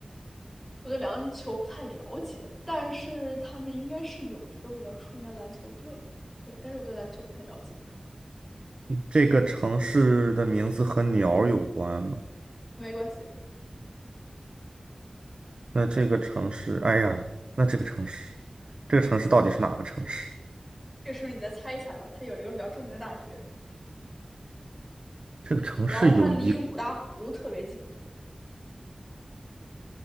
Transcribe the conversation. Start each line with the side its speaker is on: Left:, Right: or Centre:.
Centre: 我对篮球不太了解，但是他们应该是有一个比较出名的篮球队，对，但是我对篮球不太了解，
Right: 这个城市的名字和鸟儿有关吗？
Centre: 没关系，
Right: 那这个城市，哎呀，那这个城市，这个城市到底是哪个城市？
Centre: 这个时候你再猜一猜吧。它有一个比较著名的大学，
Right: 这个城市有一，
Centre: 然后它离五大湖特别近，